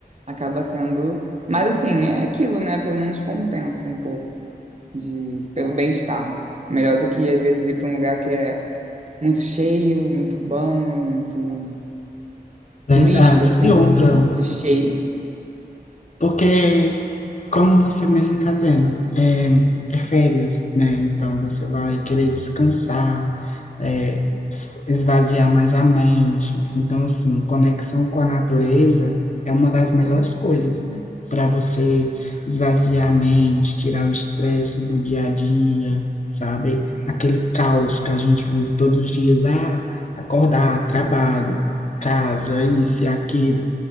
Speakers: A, on the right; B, on the left.
A: acaba sendo. Mas assim, é aquilo, né? Pelo menos compensa um pouco de, pelo bem-estar. Melhor do que, às vezes, ir para um lugar que é muito cheio, muito urbano, muito
B: Verdade.
A: turístico, assim,
B: E outra
A: de cheio.
B: Porque, como você mesmo está dizendo, é, é férias, né? Então você vai querer descansar, é, es- esvaziar mais a mente. Então, assim, conexão com a natureza é uma das melhores coisas para você esvaziar a mente, tirar o estresse do dia a dia, sabe? Aquele caos que a gente vive todos os dias, ah, acordar, trabalho, casa, isso e aquilo,